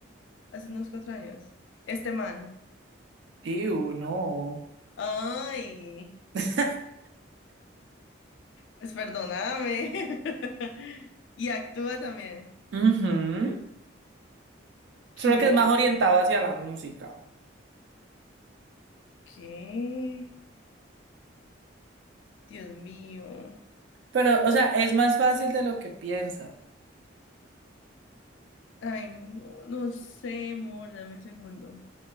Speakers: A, on the left (about 70°); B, on the right (about 65°).
A: hace unos cuatro años. Este man.
B: Y uno.
A: Ay,
B: <laughs>
A: pues perdóname. <laughs> Y actúa también.
B: Ujú. Solo
A: ¿Qué?
B: que es más orientado hacia la música.
A: ¿Qué? Dios mío.
B: Pero, o sea, es más fácil de lo que piensa.
A: Ay, no, no sé, amor, dame un segundo.